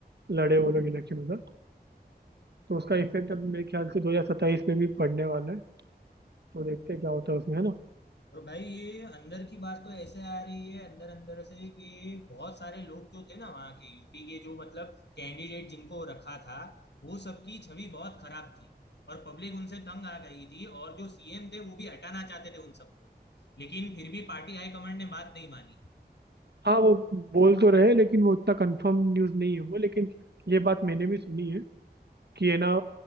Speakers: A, on the right (about 75°); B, on the left (about 85°).
A: लड़े वो लोग इलेक्शन उधर तो उसका इफेक्ट अब मेरे ख्याल से दो हजार सत्ताईस में भी पड़ने वाला है तो देखते हैं क्या होता है उसमें है ना
B: और भाई ये अंदर की बात तो ऐसे आ रही है अंदर अंदर से कि बहुत सारे लोग जो थे ना वहाँ के यूपी के जो मतलब कैंडिडेट जिनको रखा था वो सबकी छवि बहुत खराब थी और पब्लिक उनसे तंग आ गई थी और जो सीएम थे वो भी हटाना चाहते थे उन सबको लेकिन फिर भी पार्टी हाईकमांड ने बात नहीं मानी
A: हाँ वो बोल तो रहे हैं, लेकिन वो उतना कंफर्म न्यूज़ नहीं है वो लेकिन ये बात मैंने भी सुनी है कि है ना